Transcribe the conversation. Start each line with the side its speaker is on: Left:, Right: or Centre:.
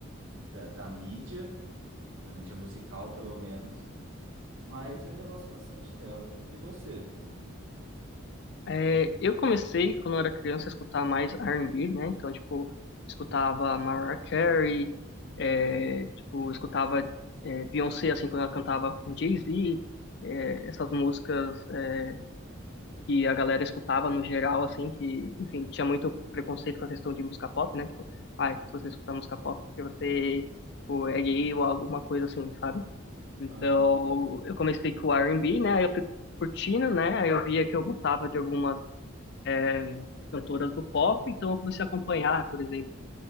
Right: da, da mídia, da mídia musical, pelo menos. Mas eu ainda gosto bastante dela. E você?
Left: É, eu comecei quando eu era criança a escutar mais R&B, né? Então, tipo, escutava Mariah Carey, é, tipo, escutava é, Beyoncé assim quando ela cantava com Jay-Z, é, essas músicas é, que a galera escutava no geral, assim, que, enfim, tinha muito preconceito com a questão de música pop, né? Tipo, ai, se você escutar música pop é porque você, tipo, é gay ou alguma coisa assim, sabe? Então,
Right: Aham.
Left: eu comecei com o R&B, né? Aí eu fui curtindo, né? Aí eu via que eu gostava de algumas é, cantoras do pop, então eu comecei a acompanhar, por exemplo,